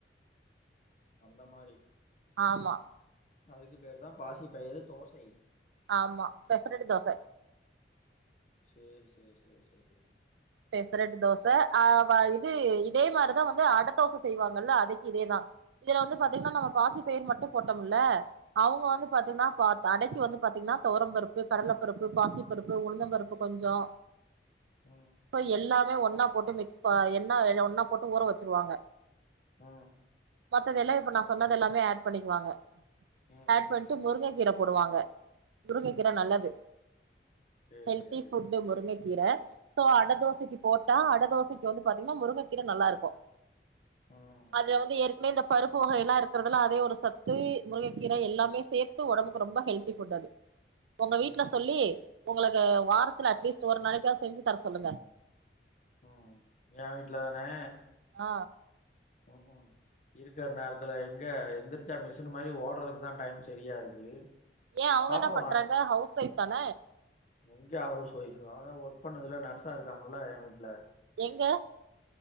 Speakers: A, on the left; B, on the right.
A: அந்த மாரி
B: ஆமா
A: அதுக்கு பேருதா பாசிப்பயிரு தோசை
B: ஆமா பெசரடி தோச
A: சேரி சேரி சேர் சேரி
B: பெசரெட்டு தோச ஆ இது இதே மார்தா வந்து அட தோச செய்வாங்கல்ல அதுக்கு இதேதா இதுல வந்து
A: ம்
B: பாத்தீங்கன்னா நம்ம பாசிபயர் மட்டு போட்டோம்ல அவுங்க வந்து பாத்தீங்கன்னா பா கடைக்கு வந்து பாத்தீங்கன்னா தோவர பருப்பு கடல பருப்பு பாசி பருப்பு உளுந்தம் பருப்பு கொஞ்சோ
A: அ
B: இப்ப எல்லாமே ஒன்னா போட்டு மிக்ஸ் ப என்னா ஒன்னா போட்டு ஊற வச்சிருவாங்க
A: அ
B: மத்ததெல்லா இப்ப நா சொன்னதெல்லாமே ஆட் பண்ணிக்குவாங்க
A: ம்
B: ஆட்
A: ம்
B: பண் ட்டு முருங்க கீர போடுவாங்க முருங்க கீர நல்லது
A: சேரி
B: ஹெல்தி
A: சேரி சேரி
B: ஃபுட்டு
A: சேரி
B: முருங்கக்கீர சோ அட தோசக்கி போட்டா அட தோசக்கி வந்து பாத்தீங்கன்னா முருங்கக்கீர நல்லாருக்கு
A: ம்
B: அதுல வந்து ஏற் இன்னு இந்த பருப்பு வகையல்லா இருக்கறதுலா அதே ஒரு சத்து முருகக்கீர எல்லாமே சேத்து ஒடம்புக்கு ரொம்ப ஹெல்த்தி ஃபுட்டு அது உங்க வீட்ல
A: ம்
B: சொல்லி உங்களுக்கு வாரத்துல அட்லீஸ்ட் ஒரு நாளைக்காவ்து செஞ்சு தர சொல்லுங்க
A: ம் எ வீட்லதானே
B: அ
A: அஹ இருக்கிற நேரத்துல எங்க எந்திரிச்சா மிஷின்னு மாரி ஓடுறதுக்கு தா டைம் சரியா இருக்கு
B: ஏன் அவுங்க
A: பாப்போ
B: என்ன பண்றாங்க ஹவுஸ் ஒய்ஃப் தான
A: இங்க ஹவுஸ் ஒய்ஃப்பு தா அதா ஒர்க் பண்ணதுல நர்ஸா இருக்காங்கள்ல என் வீட்ல
B: எங்க